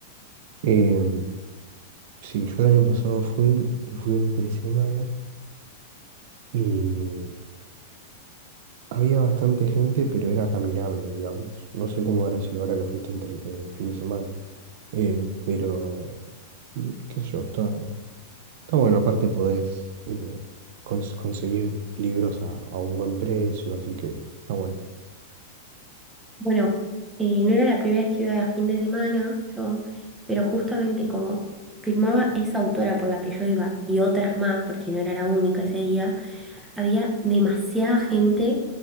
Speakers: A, on the right (about 55°); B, in the centre.
A: Eh, sí, yo el año pasado fui y fui entre semana. Y había bastante gente, pero era caminable, digamos. No sé cómo habrá sido ahora que fuiste entre eh, fin de semana. Eh, pero, mm, qué sé yo, está, está bueno. Aparte podés eh, cons- conseguir libros a, a un buen precio, así que está bueno.
B: Bueno, eh, no era la primera vez que iba a fin de semana yo, pero justamente como firmaba esa autora por la que yo iba y otras más, porque no era la única ese día, había demasiada gente.